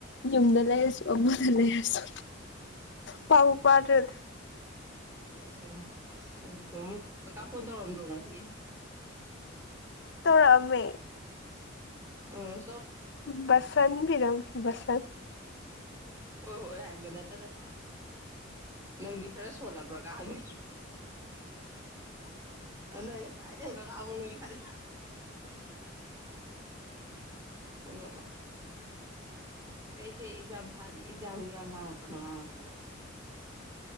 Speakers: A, on the left (about 65°); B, on the right (about 15°).
A: ꯌꯨꯝꯗ ꯂꯩꯔꯁꯨ ꯑꯃꯗ ꯂꯩꯔꯁꯨ ꯄꯥꯕꯨ ꯄꯥꯗ꯭ꯔꯗꯤ
B: ꯑꯁꯦꯡꯔ ꯑꯁ ꯑꯗꯨꯁꯨ ꯑꯃꯨꯛ ꯀꯥꯀꯥ ꯐꯣꯟ ꯇꯧꯔꯝꯗ꯭ꯔꯣ ꯉꯁꯤ
A: ꯇꯧꯔꯛꯑꯝꯃꯦ
B: ꯑꯣ
A: ꯕꯁꯟ <unintelligible> ꯕꯁꯟ
B: ꯍꯣꯏ ꯍꯣꯏ ꯍꯥꯏꯕ ꯅꯠꯇꯅ ꯅꯪꯗꯤ ꯈꯔ ꯁꯣꯜꯂꯕ꯭ꯔꯒ ꯍꯪꯉꯤ ꯑꯗꯨꯅ ꯑꯩꯅ ꯀꯥꯏꯗꯩ ꯀꯀꯥ ꯑꯃꯨꯛ ꯅꯣꯏꯈꯂꯦ ꯑꯣ ꯀꯩꯀꯩ ꯑꯦꯛꯖꯥꯝ ꯊꯥꯔꯤ ꯑꯦꯛꯖꯥꯝ ꯉꯥꯡꯉꯛꯄꯅꯦ ꯉꯥꯡꯉꯛꯄꯗ